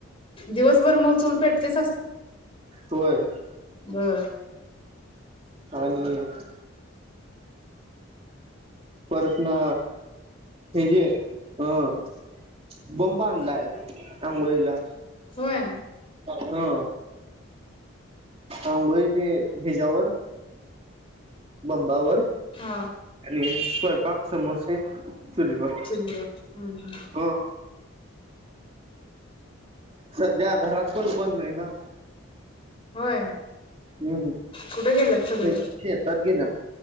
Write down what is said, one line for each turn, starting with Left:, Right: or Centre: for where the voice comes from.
Left: दिवसभर मग चूल पेट तेच.
Right: होय.
Left: बर
Right: आणि परतना हेजी हम् बंब आणलाय आंघोळीला.
Left: होय.
Right: हा. आंघोळी ते हिच्यावर बंबावर
Left: हा
Right: आणि स्वयंपाक समोसे चुलीवर.
Left: चुलीवर हम्म हम्म
Right: हो सध्या घरात पण कोण नाही ना.
Left: होय.
Right: हम् ह
Left: कुठे गेल्यात सगळे
Right: श शेतात गेलं